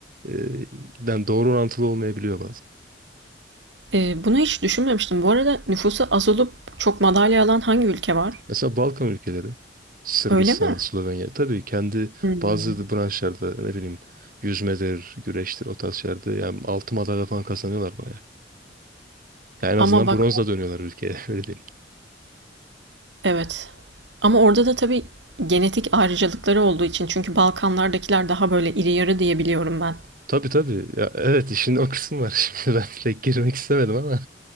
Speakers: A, on the right; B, on the right.
A: e, yani doğru orantılı olmayabiliyor
B: E, bunu hiç düşünmemiştim. Bu arada nüfusu az olup çok madalya alan hangi ülke var?
A: Mesela Balkan ülkeleri, Sırbistan,
B: Öyle mi?
A: Slovenya tabii kendi
B: Hmm.
A: bazı branşlarda ne bileyim yüzmedir, güreştir o tarz şeylerde yani altın madalya falan kazanıyorlar bayağı. Yani en azından
B: Ama bak
A: bronzla dönüyorlar ülkeye <laughs> öyle değil.
B: Evet. Ama orada da tabii genetik ayrıcalıkları olduğu için çünkü Balkanlardakiler daha böyle iri yarı diye biliyorum ben.
A: Tabii tabii ya evet işin o kısmı var <laughs> şimdi ben pek girmek istemedim ama.